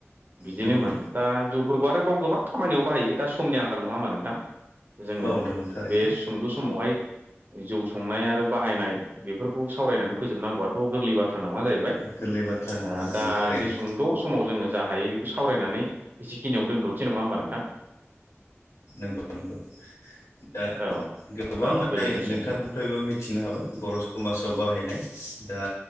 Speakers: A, on the right (about 40°); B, on the left (about 85°).
A: बिदिनोमोन
B: नंगौ
A: दा जौफोरखौ आरोबाव गोबां खामानियाव बाहायो दा समनि आंखाल नङा होमबा नोंथां? जोङो
B: औ नंगौ थारैनो
A: बे सुंद' समावहाय जौ संनाय आरो बाहायनाय बेफोरखौ सावरायनानै फोजोबनांगौआथ' गोरलै बा थ्रा नङा जाहैबाय।
B: गोरलै बाथ्रा नङा
A: ओ
B: नंगौ
A: दा
B: थारैनो
A: बे सुंद' समाव जोङो जा हायो बेखौ सावरायनानै एसेखिनियाव दोन्थ'नोसै नङा होमबा नोंथां?
B: नंगौ <inaudible> दा
A: औ
B: गोबां
A: औ
B: माने
A: गोजोनथोंसै
B: नोंथांनिफ्रायबो
A: नोंथां
B: मिथिनो हाबाय बर' समाजाव बाहायनाय दा